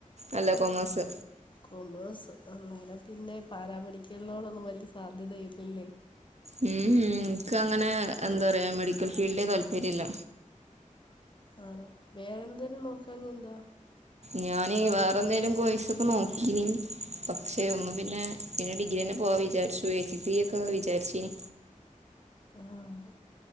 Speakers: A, on the right; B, on the left.
A: അല്ല കൊമേസ്
B: കൊമേഴ്സ് അന്നേരം പിന്നെ പാരാമെഡിക്കലിനോടൊന്നും വല്യ സാധ്യതയില്ലല്ലേ?
A: ഉം ഉം എൻക്കങ്ങനെ എന്താറ്യാ മെഡിക്കൽ ഫീൽഡേ താല്പര്യം ഇല്ല.
B: ആണോ വേറെന്തേലും നോക്കാഞ്ഞെന്താ?
A: ഞാന് വേറെന്തേലും കോയ്സൊക്കെ നോക്കീനി പക്ഷെ ഒന്ന് പിന്നെ പിന്നെഡിഗ്രിന്നെ പോവാ വിചാരിച്ചു എ സി സി ഒക്കെ വിചാരിച്ചീനി
B: ആഹ്